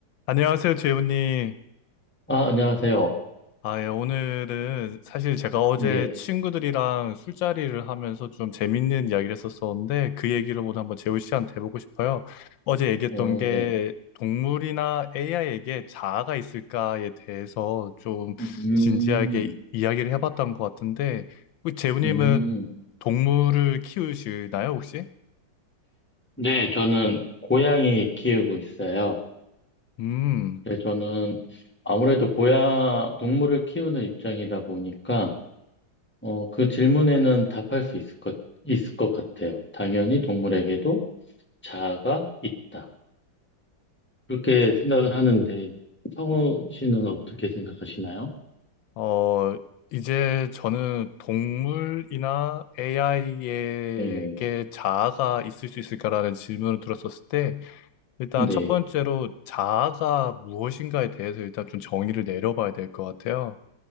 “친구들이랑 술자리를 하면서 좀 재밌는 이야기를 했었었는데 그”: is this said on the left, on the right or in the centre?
Left